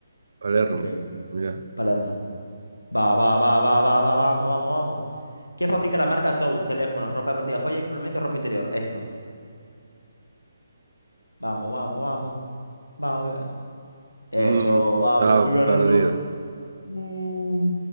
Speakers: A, on the right; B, on the left.
A: Palermo.
B: Increíble.
A: Mirá.
B: Palermo. Va, va, va, va, va, va, vamos, vamos, vamos. ¿Qué fabrica la marca Tous? Teléfonos, ropa deportiva, joya, complementos, ropa interior. Esto. Vamos, vamos, vamos. Vamos. eh,
A: Mm,
B: Eso, vamos,
A: estaba
B: voy ganando.
A: perdido.
B: Mm,